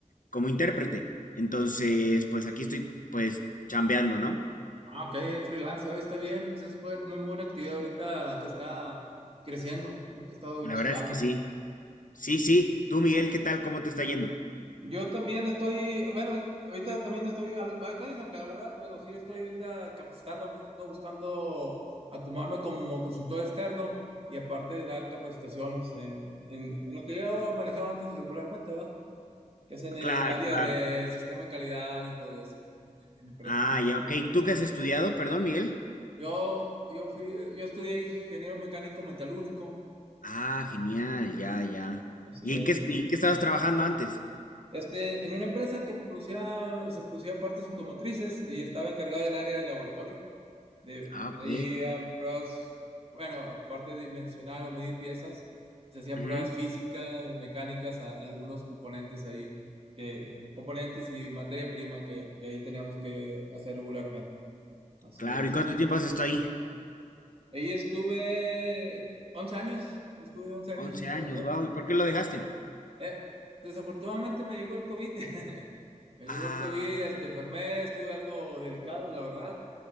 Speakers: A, on the left; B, on the right.
A: como intérprete. Entonces, pues aquí estoy, pues, chambeando, ¿no?
B: Ah, ok, es freelance, eh, está bien. Esa es buen- muy buena actividad ahorita que está creciendo, es lo que he estado
A: La
B: checando.
A: verdad es que sí. Sí, sí. Tú, Miguel, ¿qué tal? ¿Cómo te está yendo?
B: Yo también estoy, bueno, ahorita ahorita también estoy, algo- estoy desempleado, la verdad, pero sí estoy ahorita capacitándome, ando buscando acomodarme como consultor externo y aparte dar capacitaciones en, en- en lo que yo manejaba antes regularmente, ¿verdad? que es en el
A: Claro,
B: área
A: claro.
B: de sistema de calidad y todo eso, en, en empresas.
A: Ah, ya, ok. ¿Tú qué has estudiado? Perdón, Miguel.
B: Yo, yo fui, yo estudié ingeniero mecánico metalúrgico,
A: Ah, genial, ya, ya.
B: así
A: ¿Y
B: es.
A: en qué, est- en qué estabas trabajando antes?
B: Este, en una empresa que producía, se producía partes automotrices y estaba encargado del área de laboratorio, de,
A: Ah,
B: de
A: ok.
B: ahí a pruebas, bueno, aparte de dimensionar o medir piezas, se hacían
A: Ujú.
B: pruebas físicas, mecánicas, a- algunos componentes ahí, que, componentes y materia prima que, que ahí teníamos que hacer regularmente, así
A: Claro,
B: es.
A: ¿y cuánto tiempo has estado ahí?
B: Ahí estuve 11 años, estuve 11 años,
A: 11 años,
B: la verdad.
A: wow. ¿Y por qué lo dejaste?
B: Eh, desafortunadamente me llegó el COVID, <laughs> me llegó
A: Ah,
B: el COVID, este, enfermé, estuve algo delicado, la verdad.